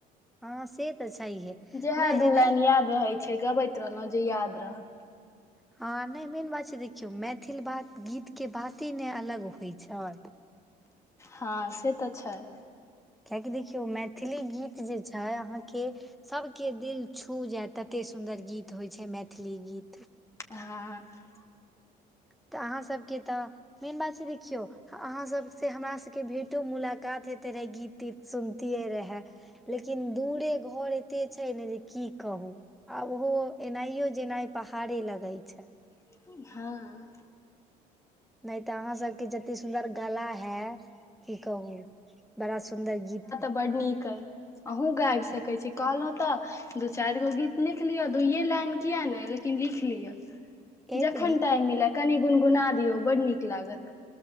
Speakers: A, in the centre; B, on the left.
A: ह से तऽ छैहे
B: जएहे
A: नहि जेना
B: दू लाइन याद रहै छै गबैत रहलौ जे याद रहत
A: ह नैय मेन बात छै देखियौ मैथिल बात गीतके बाते नैय अलग होय छैय
B: ह से तऽ छैय
A: कियाकि देखियौ मैथिली गीत जे छै आहाँ के सभके दिल छू जायत ततेए सुन्दर गीत होय छैय मैथिली गीत
B: हं
A: तऽ आहाँ सब के तऽ मेन बात छै देखियौ अहाँसभसँ हमर सभके भेँटो मुलाकात होेइते रहए गीत तीत सुनतियै रहए। लेकिन दूरे घर एते छै न जे की कहू आ ओहो एनायो -जेनाय पहाड़े लगै छै
B: हँ।
A: नहि तऽ अहाँ सबके जतेक सुन्दर गला है। की कहू बड़ा सुंन्दर गीत।
B: बड्ड नीक हइ। अहुूँ गाबि सकैय छी कहलहुँ तऽ। दू चारि गो गीत लिख लियअ दुइए लाइन किियाक नहि लेकिन लिख लिअ।
A: ए
B: जखन
A: तऽ गीत
B: तटाइ मिलय कनि गुनगुना दियौ बड्ड नीक लागत।